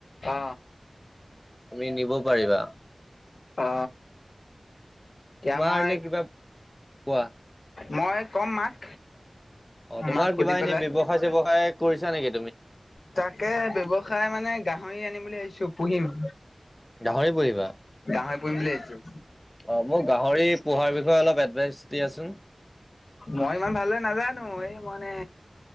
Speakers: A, on the left (about 75°); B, on the left (about 15°).
A: আ
B: তুমি নিব পাৰিবা
A: অ এতিয়া
B: তোমাৰ
A: মই
B: এনে কিবা কোৱা
A: মই ক'ম মাক
B: অ তোমাৰ
A: মাক সুধি
B: কিবা
A: পেলাই
B: এনে ব্যৱসায় চেৱসায় কৰিছা নাকি
A: তাকে ব্য্ৱসায় মানে গাহৰি আনিম বুলি ভাবিছো পুহিম
B: গাহৰি পহিবা
A: গাহৰি পুহিম বুলি ভাবিছোঁ
B: অ মোৰ গাহৰি পোহাৰ বিষয়ে অলপ এডভাইচ দিয়াচোন
A: মই ইমান ভাল নাজানো এই মানে